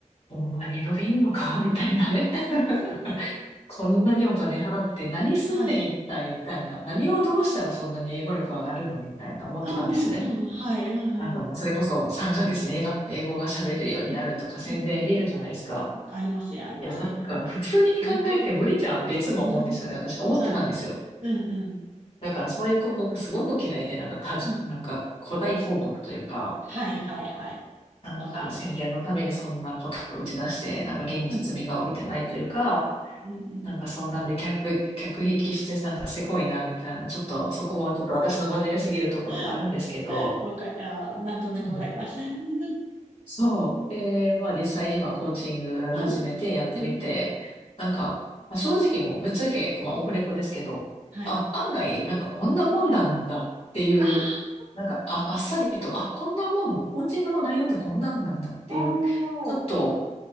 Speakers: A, on the left; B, on the right.
A: ほんまに伸びんのか、みたいなね。<laughs>
B: あ
A: こんなにお金払って何すんねん一体みたいな。
B: あ、はい。
A: 何をどうしたらそんなに英語力上がるのみたいな思ってたんですよね。
B: うんうんうん。はい。うんうん。
A: なんかもうそれこそ3ヶ月で英語、英語が喋れるようになるとか宣伝見るじゃないですか。
B: うんうんうん。ありますね、ありますね。
A: いや、なんか普通に考えて無理じゃんっていつも思うんですよね。
B: はい本当うん。
A: 私思ってたんですよ。
B: はい。うんうん。
A: だからそういう広告すごく嫌いで、なんかかじ、
B: うん。
A: なんか誇大広告というか、
B: はいはいはい。
A: なんか宣伝のためにそんなことを打ち出して、
B: わかります。
A: なんか現実味が帯びてないというか、
B: うん。うんうん。
A: なんかそんなんで客、客引きしてなんかせこいなみたいな、ちょっとそこもちょっと私の真面目すぎるところがあるんですけど、
B: <laughs> わか、あー、なんとなくわかります。
A: うん
B: <laughs> うん
A: そう。で、まあ実際今コーチング始めてやってみて、
B: うんうん。
A: なんか、まあ、正直もうぶっちゃけ、まあオフレコですけど、
B: はい。
A: あ、案外なんかこんなもんなんだっていう、
B: あ
A: なんか、あ、あっさりと、あ、こんなもの、コーチングの内容ってこんなんなんだっていう、
B: あ、おー。
A: ちょっと